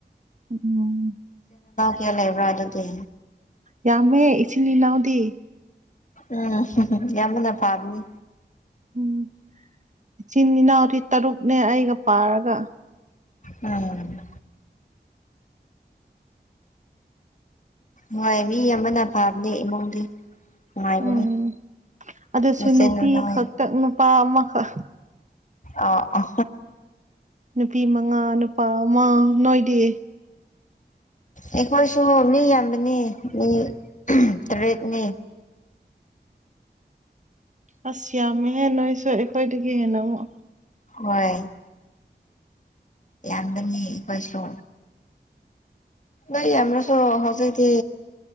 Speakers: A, on the right; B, on the left.
A: ꯎꯝ
B: ꯀꯌꯥ ꯂꯩꯕ꯭ꯔꯥ ꯑꯗꯨꯗꯤ
A: ꯌꯥꯝꯃꯦ ꯏꯆꯤꯟ ꯏꯅꯥꯎꯗꯤ
B: ꯎꯝ ꯌꯥꯝꯃꯅ ꯐꯥꯕꯅꯤ
A: ꯎꯝ ꯏꯆꯤꯟ ꯏꯅꯥꯎꯗꯤ ꯇꯔꯨꯛꯅꯦ ꯑꯩꯒ ꯄꯥꯔꯒ
B: ꯎꯝ ꯍꯣꯏ ꯃꯤ ꯑꯃꯅ ꯑꯚꯥꯕꯅꯦ ꯏꯃꯨꯡꯗꯤ ꯅꯨꯡꯉꯥꯏꯕꯅꯤ
A: ꯎꯝ ꯑꯗꯨꯁꯨ
B: ꯃꯆꯤꯟ
A: ꯅꯨꯄꯤ
B: ꯃꯅꯥꯎ
A: ꯈꯛꯇꯛ ꯅꯨꯄꯥ ꯑꯃꯈꯛ
B: ꯑ ꯑ
A: ꯅꯨꯄꯤ ꯃꯉꯥ ꯅꯨꯄꯥ ꯑꯃ ꯅꯣꯏꯗꯤ
B: ꯑꯦ ꯃ ꯁ ꯃꯤ ꯌꯥꯝꯕꯅꯤ ꯃꯤ ꯇꯔꯦꯠꯅꯤ
A: ꯑꯁꯤ ꯌꯥꯝ ꯃ ꯍꯦꯦꯟꯟꯅꯣꯏꯁ ꯑꯩꯈꯣꯏꯗꯒꯤ ꯍꯦꯟꯅ ꯑꯃ
B: ꯍꯣꯏ ꯌꯥꯟꯗꯅꯤ ꯀꯋꯥꯁ ꯩ ꯌꯥꯝꯔꯁꯨꯣ ꯍꯖꯤꯩꯗꯤ